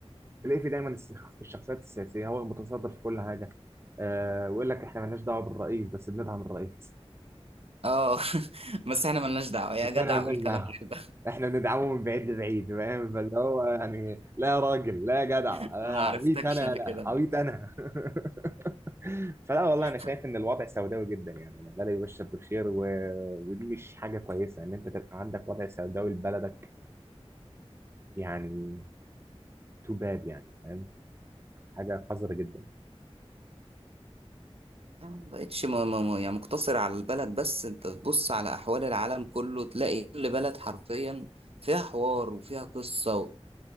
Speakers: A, on the right; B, on the right.
A: تلاقي في دايما السخ- الشخصيات السياسيه هو المتصدر في كل حاجه آه ويقول لك احنا مالناش دعوه بالرئيس بس بندعم الرئيس
B: اه <laughs> بس احنا ملناش دعوة يا
A: بس
B: جدع
A: احنا مالناش
B: قول كلام
A: دعوه
B: غير ده
A: احنا بندعمه من بعيد لبعيد فاهم فاللي هو يعني لا يا راجل لا يا جدع
B: <laughs>
A: آه،
B: ما عرفتكش
A: عبيط انا
B: انا
A: لا
B: كده بقى
A: عبيط انا <laughs> فلا والله
B: <laughs>
A: انا شايف ان الوضع سوداوي جدا يعني أنا لا لا يبشر بالخير و... ودي مش حاجه كويسه ان انت تبقى عندك وضع سوداوي لبلدك يعني تو باد يعني فاهم حاجه قذره جدا
B: ما بقتش م- م- م- يعني مقتصر على البلد بس انت تبص على احوال العالم كله تلاقي كل بلد حرفيا فيها حوار وفيها قصة و...